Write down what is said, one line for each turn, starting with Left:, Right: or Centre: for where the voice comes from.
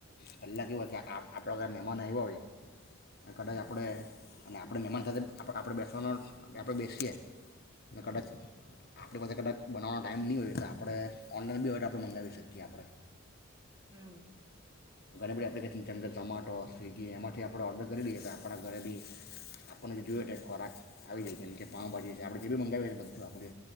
Left: પહેલા કે એવા છે આપણા તયા મહેમાન આવ્યા હોય કદાચ
Right: હમ
Left: આપણે અને આપણે મહેમાન સાથે આપ આપણે બેસનો આપણે બેસીએ
Right: હમ
Left: કદાચ આપણી પાસે કદાચ બનાવાનો ટાઈમ નહી હોય તો આપણે ઓનલાઈન બી હોય આપણે મંગાવી શકીએ આપણે
Right: હમ્મ.
Left: ઘણી બધી એપ્લિકેશન જેમ કે જમાટો, સ્વિગી એમાંથી આપણે ઓર્ડર કરી લઈએ તો આપણા ઘરે બી આપણને જે જોઈએ તો ખોરાક આવી જાય કેમ કે પાઉભાજી છે આપણે જે બી મંગાવીએ બધું આપણે